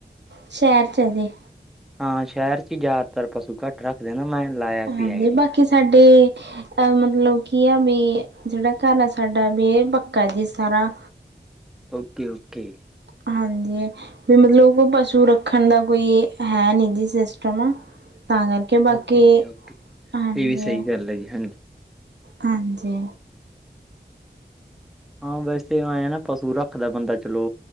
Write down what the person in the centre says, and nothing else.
ਹਾਂ ਸ਼ਹਿਰ ਚ ਹੀ ਜ਼ਿਆਦਾਤਰ ਪਸੂ ਘੱਟ ਰੱਖਦੇ ਨਾ ਮੈਂ ਲਾਇਆ ਸੀ
ਆਈਡੀਆ
ਓਕੇ ਓਕੇ
ਓਕੇ ਜੀ ਓਕੇ
ਇਹ ਵੀ ਸਹੀ ਗੱਲ ਹੈ ਜੀ ਹਾਂਜੀ
ਹਾਂ ਵੈਸੇ ਐਂ ਨਾ ਪਸੂ ਰੱਖਦਾ ਬੰਦਾ ਚਲੋ